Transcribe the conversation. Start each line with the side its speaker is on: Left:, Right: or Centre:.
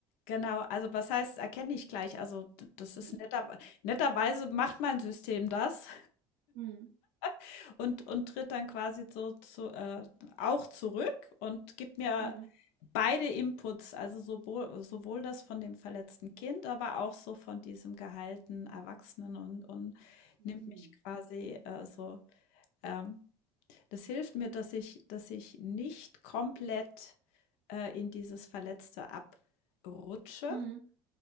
Left: Genau, also was heißt, erkenne ich gleich. Also d- das ist
Right: Ja.
Left: netter, netterweise macht mein System das
Right: Hm,
Left: <laughs> und, und tritt dann quasi so zu, äh, auch zurück und gibt mir
Right: hm,
Left: beide Inputs, also sowohl, sowohl das von dem verletzten Kind, aber auch so von diesem geheilten Erwachsenen und, und
Right: hm,
Left: nimmt mich quasi äh, so ähm, Das hilft mir, dass ich, dass ich nicht komplett äh, in dieses Verletzte abrutsche.
Right: hm,